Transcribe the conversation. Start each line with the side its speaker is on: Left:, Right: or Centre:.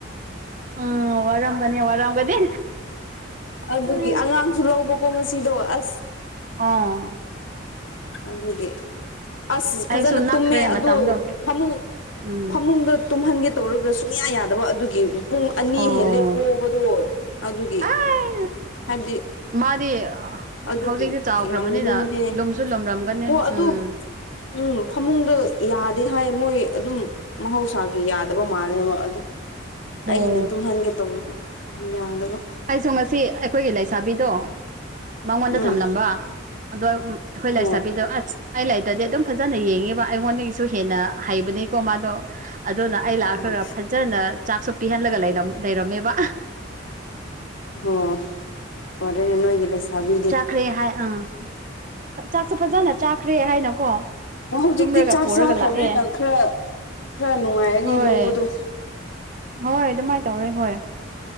Right: ꯎꯝ ꯋꯥꯔꯝꯒꯅꯤ ꯋꯥꯔꯝꯒꯅꯤ
Left: ꯑꯗꯨꯒꯤ
Right: ꯎꯝ
Left: ꯑꯉꯥꯡꯁꯨ ꯂꯧꯕꯀꯣ ꯉꯁꯤꯗꯣ ꯑꯁ
Right: ꯑꯥ
Left: ꯑꯗꯨꯦ ꯑꯁ
Right: ꯑꯩꯁꯨ
Left: ꯐꯖꯅ
Right: ꯅꯛꯈ꯭ꯔꯦ
Left: ꯇꯨꯝꯃꯦ ꯑꯗꯣ
Right: ꯃꯇꯝꯗꯣ
Left: ꯐꯃꯨꯡ
Right: ꯎꯝ
Left: ꯐꯃꯨꯡꯗ ꯇꯨꯝꯍꯟꯒꯦ ꯇꯧꯔꯒ ꯁꯨꯡꯌꯥ ꯌꯥꯗꯕ ꯑꯗꯨꯒꯤ ꯄꯨꯡ ꯑꯅꯤ
Right: ꯑꯣ
Left: ꯍꯦꯜꯂꯦꯞꯄꯣꯕꯗꯣ ꯑꯗꯨꯒꯤ
Right: ꯑꯥꯏ
Left: ꯍꯥꯏꯕꯗꯤ
Right: ꯃꯥꯗꯤ
Left: ꯑꯗꯨꯒꯤ
Right: ꯍꯧꯖꯤꯛꯇꯤ ꯆꯥꯎꯈ꯭ꯔꯕꯅꯤꯅ
Left: ꯌꯥꯝ ꯂꯨꯝꯃꯦ
Right: ꯂꯨꯝꯁꯨ ꯂꯨꯝꯔꯝꯒꯅꯤ
Left: ꯍꯣꯏ ꯑꯗꯨ
Right: ꯎꯝ
Left: ꯎꯝ ꯐꯃꯨꯡꯗ ꯌꯥꯗꯦ ꯍꯥꯏ ꯃꯣꯏ ꯑꯗꯨꯝ ꯃꯍꯧꯁꯥꯒꯤ ꯌꯥꯗꯕ ꯃꯥꯅꯦꯦ ꯑꯗꯨ ꯑꯩꯅ
Right: ꯑꯣ
Left: ꯇꯨꯝꯍꯟꯒꯦ ꯇꯧꯔꯒ ꯌꯥꯗꯕ
Right: ꯑꯩꯁꯨ ꯉꯁꯤ ꯑꯩꯈꯣꯏꯒꯤ ꯂꯩꯁꯥꯕꯤꯗꯣ ꯃꯉꯣꯟꯗ
Left: ꯎꯝ
Right: ꯊꯝꯂꯝꯕ ꯑꯗꯣ ꯑꯩꯈꯣꯏ
Left: ꯑꯣ
Right: ꯂꯥꯏꯁꯥꯕꯤꯗꯣ ꯑꯁ ꯑꯩ ꯂꯩꯇꯗꯤ ꯑꯗꯨꯝ ꯐꯖꯅ ꯌꯦꯡꯉꯤꯕ ꯑꯩꯉꯣꯟꯗꯒꯤꯁꯨ ꯍꯦꯟꯅ ꯍꯩꯕꯅꯤꯀꯣ ꯃꯥꯗꯣ ꯑꯗꯨꯅ ꯑꯩ ꯂꯥꯛ
Left: ꯎꯝ
Right: ꯈꯒ ꯐꯖꯅ ꯆꯥꯛꯁꯨ ꯄꯤꯍꯜꯂꯒ ꯂꯩꯔꯝꯃꯦꯕ
Left: ꯑꯣ ꯐꯣꯔꯦꯅꯦ ꯅꯣꯏꯒꯤ ꯂꯩꯁꯥꯕꯤꯗꯤ
Right: ꯥꯈ꯭ꯔꯦ ꯍꯥꯏ ꯑꯥ ꯆꯥꯛꯁꯨ ꯐꯖꯅ ꯆꯥꯈ꯭ꯔꯦ ꯍꯥꯏꯅꯀꯣ
Left: ꯑꯣ ꯍꯧꯖꯤꯛꯇꯤ
Right: ꯇꯨꯝꯔꯒ
Left: ꯆꯥꯛ
Right: ꯄꯨꯔꯒ
Left: ꯆꯥꯈ꯭ꯔꯕꯅꯤꯅ
Right: ꯂꯥꯛꯑꯦ
Left: ꯈꯔ ꯈꯔ ꯅꯨꯡꯉꯥꯏꯔꯅꯤ
Right: ꯍꯣꯏ
Left: ꯂꯧꯕꯗꯣ
Right: ꯍꯣꯏ ꯑꯗꯨꯃꯥꯏꯅ ꯇꯧꯔꯦ ꯍꯣꯏꯦ